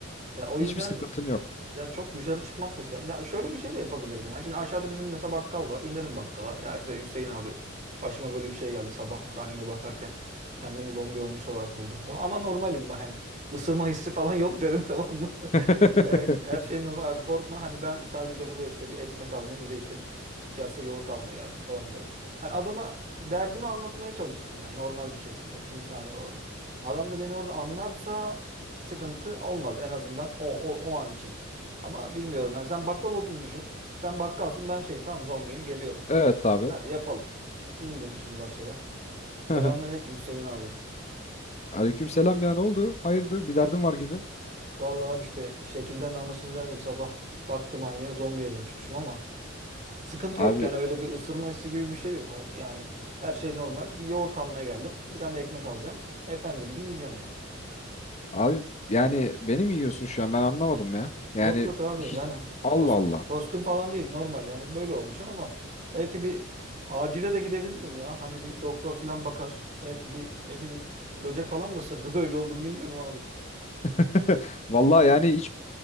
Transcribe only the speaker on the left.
Hiçbir
sıkıntın yok.
<laughs>
Evet abi.
<laughs>
Aleyküm selam ya ne oldu? Hayırdır bir derdin var gibi.
Abi
abi yani beni mi yiyorsun şu an ben anlamadım ya.
Yani
hiç
Allah
Allah.
<laughs> Vallahi yani hiç